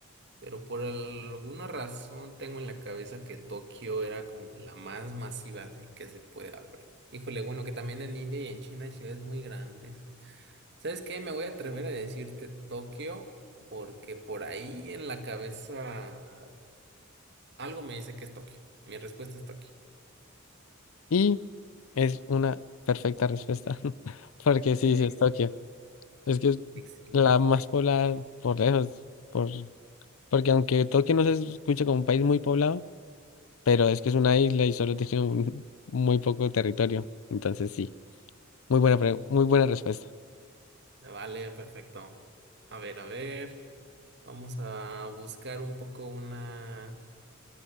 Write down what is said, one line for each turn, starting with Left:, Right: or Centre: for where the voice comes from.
Right: Pero por alguna razón tengo en la cabeza que Tokio era como la más masiva, así que se puede hablar. Híjole, bueno, que también en India y en China hay ciudades muy grandes. ¿Sabes qué? Me voy a atrever a decirte Tokio porque por ahí en la cabeza algo me dice que es Tokio. Mi respuesta es Tokio.
Left: Y es una perfecta respuesta, <laughs> porque
Right: Ex-
Left: sí, sí es Tokio. Es que es
Right: excelente.
Left: la más poblada por lejos, por, porque aunque Tokio no se escucha como un país muy poblado, Pero es que es una isla y solo tiene un- muy poco territorio. Entonces sí, muy buena, pre- muy buena respuesta.
Right: Vale, perfecto. A ver, a ver. Vamos a buscar un poco una,